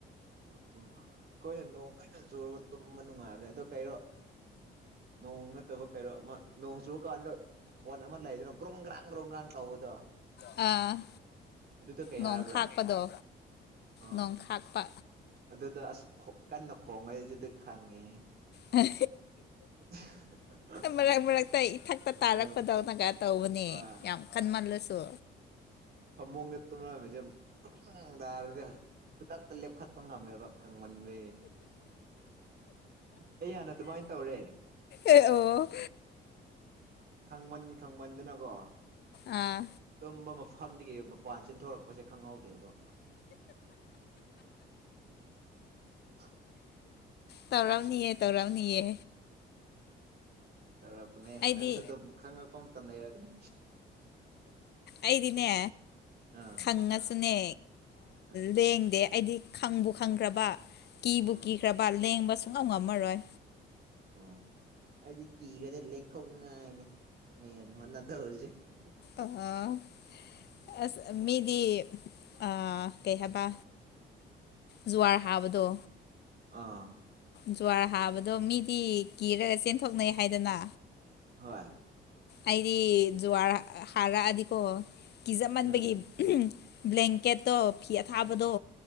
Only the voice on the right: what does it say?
ꯑꯣ ꯑꯩꯈꯣꯏꯅ ꯅꯣꯡ ꯀꯟꯅ ꯆꯨꯔꯒ ꯇꯨꯝꯕ ꯅꯨꯡꯉꯥꯏꯕꯅꯦ ꯑꯗ ꯀꯩꯔꯣ ꯅꯣꯡ ꯅꯠꯇꯕ ꯀꯩꯅꯔꯣ ꯑꯃ ꯅꯣꯡ ꯆꯨꯔꯀꯥꯟꯗ ꯈꯣꯟ ꯑꯃ ꯂꯩꯗꯅ ꯭ꯔꯣꯡ ꯒ꯭ꯔꯥꯡ ꯒ꯭ꯔꯣꯡ ꯒ꯭ꯔꯥꯡ ꯇꯧꯕꯗꯣ
ꯑꯗꯨꯗ ꯀꯩ
ꯍꯥꯏꯕ꯭ꯔꯥ
ꯑꯥ
ꯑꯗꯨꯗ ꯑꯁ ꯀꯟꯅ ꯈꯣꯡꯉꯩꯗꯨꯗꯤ ꯈꯪꯉꯤ
<unintelligible>
ꯍꯣꯏ
ꯑꯁ
ꯐꯃꯨꯡꯗ ꯇꯨꯝꯅꯔꯝꯃꯤꯁꯦ ꯇꯥꯔꯗꯤ ꯈꯨꯗ ꯂꯦꯞꯈꯠꯄ ꯉꯝꯃꯦꯕ ꯈꯪꯃꯟꯕ ꯑꯩ ꯍꯥꯟꯅ ꯑꯗꯨꯃꯥꯏꯅ ꯇꯧꯔꯦ
ꯈꯪꯃꯟ ꯈꯪꯃꯟꯗꯅꯀꯣ
ꯇꯨꯝꯕ ꯃꯐꯝꯗꯒꯤ ꯃꯄꯥꯟ ꯆꯤꯟꯊꯣꯔꯛꯄꯁꯦ ꯈꯪꯍꯧꯗꯦꯕ <unintelligible>
ꯌꯧꯔꯛꯄꯅꯦ
ꯅꯪꯁꯨ ꯑꯗꯨꯝ ꯈꯪꯉꯛꯄ ꯃꯇꯝ ꯂꯩꯔꯛꯀꯅꯤ
ꯑꯥ
ꯑꯥ
ꯑꯥ
ꯑꯣ ꯑꯩꯗꯤ ꯀ ꯀ ꯂ ꯊꯣꯛꯅꯤꯡꯉꯥꯏꯅꯦ ꯃꯦꯟ ꯍꯣꯠꯅꯗꯧꯔꯤꯁꯤꯅꯦ
ꯑꯥ
ꯍꯣꯏ
ꯎꯝ